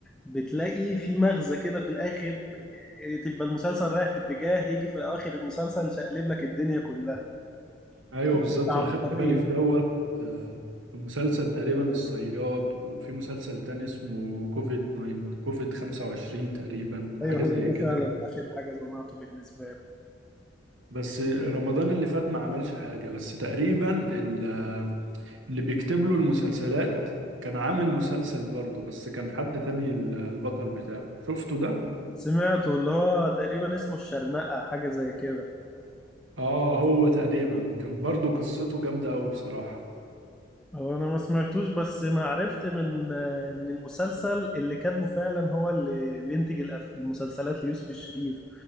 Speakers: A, in the centre; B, on the right (about 85°).
A: بتلاقي في مغزى كده في الاخر آه، تبقى المسلسل رايح في اتجاه يجي في اواخر المسلسل شقلب لك الدنيا كلها
B: ايوه
A: في
B: بالظبط
A: عبقرية
B: انا خدت بالي في دوت آه، في مسلسل تقريبا الصياد وفي مسلسل تاني اسمه كوفيد 9 كوفيد 25 تقريبا حاجه
A: ايوه هو
B: زي
A: ده
B: كده
A: فعلا اخر حاجة سمعته بالنسبة له
B: بس رمضان اللي فات ما عملش حاجه بس تقريبا ال- آه، اللي بيكتب له المسلسلات كان عامل مسلسل برضه بس كان حد تاني ال- البطل بتاعه شفته ده
A: سمعته اللي هو تقريبا اسمه الشرنقة حاجة زي كده
B: اه هو تقريبا كان برضه قصته جامده قوي بصراحه
A: هو انا ما سمعتوش بس انا عرفت من آه، ان المسلسل اللي كاتبه فعلا هو اللي بينتج الأف- المسلسلات ليوسف الشريف